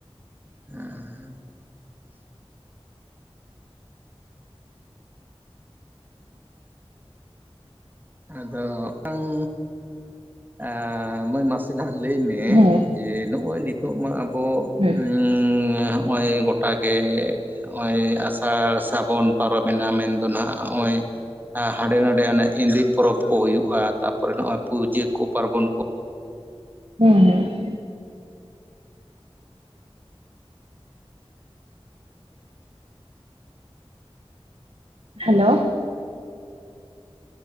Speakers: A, on the right; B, on the right.
A: ᱟᱸᱻ ᱾ ᱟᱫᱚ ᱢᱤᱫᱴᱟᱝ ᱟᱸ ᱢᱟᱹᱭ ᱢᱟᱥᱮ ᱟᱜ ᱞᱟᱹᱭ ᱢᱮ
B: ᱦᱮᱸ
A: ᱡᱮ ᱱᱚᱜᱼᱚᱭ ᱱᱤᱛᱚᱜ ᱢᱟ ᱟᱵᱚ
B: ᱦᱮᱸ
A: ᱩᱸ ᱦᱚᱜᱼᱚᱭ ᱜᱚᱴᱟ ᱜᱮ ᱱᱚᱜᱼᱚᱭ ᱟᱥᱟᱲ ᱥᱟᱵᱚᱱ ᱯᱟᱨᱚᱵᱮᱱᱟ ᱢᱮᱱ ᱫᱚ ᱱᱟᱦᱟᱸᱜ ᱱᱚᱜᱼᱚᱭ ᱦᱟᱸᱰᱮ ᱱᱟᱰᱮ ᱚᱱᱮ ᱮᱸᱫᱤ ᱯᱚᱨᱚᱵᱽ ᱠᱚ ᱦᱩᱭᱩᱜᱼᱟ, ᱛᱟᱨᱯᱚᱨᱮ ᱱᱚᱜᱼᱚᱭ ᱯᱩᱡᱟᱹ ᱠᱚ ᱯᱟᱨᱵᱚᱱ ᱠᱚ
B: ᱦᱩᱸ ᱦᱩᱸ ᱾ ᱦᱮᱞᱳ ᱾